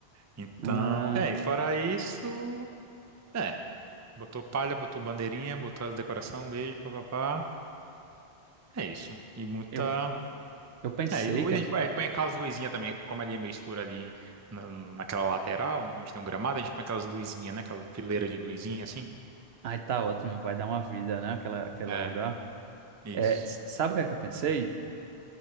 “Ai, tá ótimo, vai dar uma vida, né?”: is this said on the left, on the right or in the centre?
Right